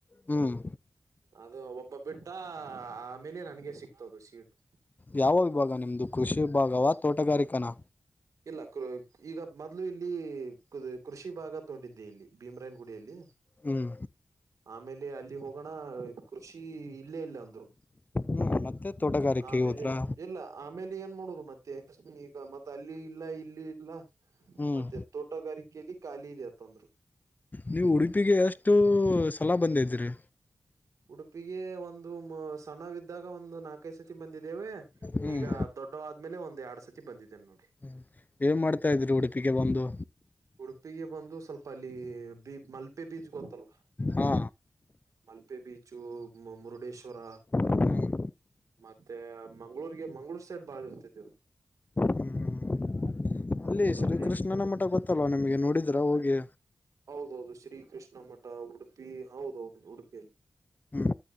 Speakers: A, on the left; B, on the right.
A: ಹ್ಮ್
B: ಅದು ಒಬ್ಬ ಬಿಟ್ಟ ಆಮೇಲೆ ನನ್ಗೆ ಸಿಗ್ತದು ಸೀಟು
A: ಯಾವ ವಿಭಾಗ ನಿಮ್ದು ಕೃಷಿ ವಿಭಾಗವಾ ತೋಟಗಾರಿಕನ.
B: ಇಲ್ಲ ಕ ಈಗ ಮೊದ್ಲು ಇಲ್ಲಿ ಕ್ ಕೃಷಿ ಭಾಗ ತೋಡಿದ್ದೆ ಇಲ್ಲಿ ಭೀಮ್ ರಾಯನ್ ಗುಡಿಯಲ್ಲಿ.
A: ಹ್ಮ್
B: ಆಮೇಲೆ ಅಲ್ಲಿ ಹೋಗೋಣ. ಕೃಷಿ ಇಲ್ಲೇ ಇಲ್ಲ ಅಂದ್ರು
A: ಹ್ಮ್ ಮತ್ತೆ ತೋಟಗಾರಿಕೆಗೆ
B: ಆಮೇಲೆ
A: ಹೋದ್ರಾ
B: ಇಲ್ಲ ಆಮೇಲೆ ಏನ್ ಮಾಡುದು ಮತ್ತೆ ಈಗ ಮತ್ತೆ ಅಲ್ಲಿ ಇಲ್ಲ ಇಲ್ಲಿ ಇಲ್ಲ.
A: ಹ್ಮ್
B: ಮತ್ತೆ ತೋಟಗಾರಿಕೆೆಯಲ್ಲಿ ಖಾಲಿ ಇದೆ ಅತಂದ್ರು.
A: ನೀವು ಉಡುಪಿಗೆ ಎಷ್ಟು ಸಲ ಬಂದಿದ್ರಿ.
B: ಉಡುಪಿಗೆ ಒಂದು ಸಣ್ಣವಿದ್ದಾಗ ಒಂದು ನಾಕೈದು ಸತಿ ಬಂದಿದ್ದೇವೆ
A: ಹ್ಮ್
B: ಈಗ ದೊಡ್ಡವ ಆದ್ಮೇಲೆ ಒಂದ ಯಾರ್ಡ್ ಸತಿ ಬಂದಿದ್ದೇನೆ ನೋಡಿ.
A: ಹ್ಮ್ ಏನ್ ಮಾಡ್ತಾ ಇದ್ರಿ ಉಡುಪಿಗೆ ಬಂದು.
B: ಉಡುಪಿಗೆ ಬಂದು ಸ್ವಲ್ಪ ಅಲ್ಲಿ ಬಿ ಮಲ್ಪೆ ಬೀಚ್ ಗೊತ್ತಲ್ವ
A: ಹಾ
B: ಮಲ್ಪೆ ಬೀಚು ಮು ಮುರುಡೇಶ್ವರ.
A: ಹ್ಮ್
B: ಮತ್ತೆ ಮಂಗ್ಳೂರ್ಗೆ ಮಂಗ್ಳೂರ್ ಸೈಡ್ ಬಾಳ ಇರ್ತಿದ್ದವು.
A: ಹ್ಮ್ ಹ್ಮ್
B: ಮಂಗಳೂರಲ್ಲಿ
A: ಅಲ್ಲಿ ಶ್ರೀ ಕೃಷ್ಣನ ಮಠ ಗೊತ್ತಲ್ವಾ ನಿಮಗೆ ನೋಡಿದ್ರ ಹೋಗಿ.
B: ಹೌದೌದು ಶ್ರೀ ಕೃಷ್ಣ ಮಠ ಉಡುಪಿ ಹೌದೌದು ಉಡುಪಿಯಲ್ಲಿ.
A: ಹ್ಮ್